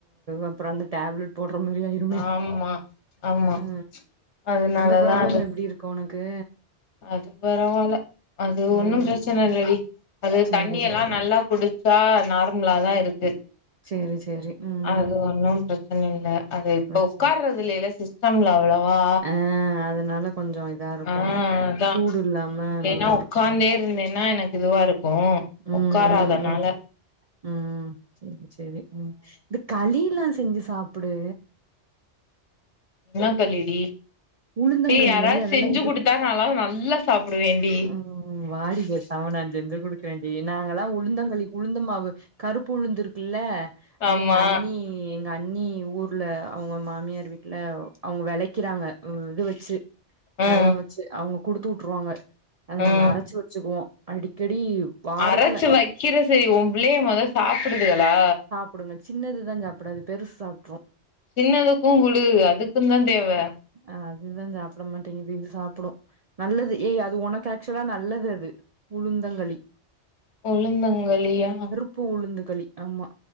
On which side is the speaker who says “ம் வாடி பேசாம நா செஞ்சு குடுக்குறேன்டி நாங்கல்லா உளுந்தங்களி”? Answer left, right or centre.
Right